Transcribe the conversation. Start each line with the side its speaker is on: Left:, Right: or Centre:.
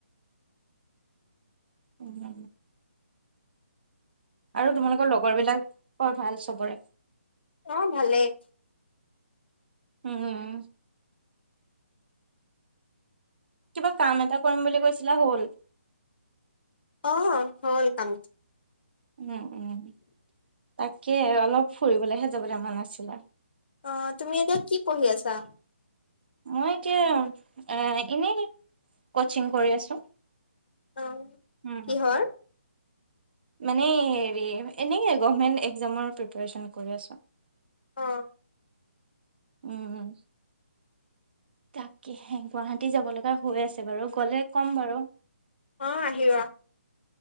Right: উম। আৰু তোমালোকৰ লগৰবিলাকৰ বৰ ভাল চবৰে?
Left: অ' ভালেই।
Right: উম। কিবা কাম এটা কৰিম বুলি কৈছিলা হ'ল?
Left: অ' হ'ল কাম
Right: উম উম। তাকে অলপ ফুৰিবলেহে যাবলৈ মন আছিলে।
Left: অ' তুমি এতিয়া কি পঢ়ি আছা?
Right: মই এতিয়া এ- এনেই কচিং কৰি আছো।
Left: অ'
Right: উম
Left: কিহৰ?
Right: মানে হেৰি, এনেই গভমেন একজামৰ প্ৰিপাৰেচন কৰি আছোঁ।
Left: অ'।
Right: উম। তাকেহে গুৱাহাটী যাব লগা হৈ আছে বাৰু গ'লে কম বাৰু।
Left: অ' আহিবা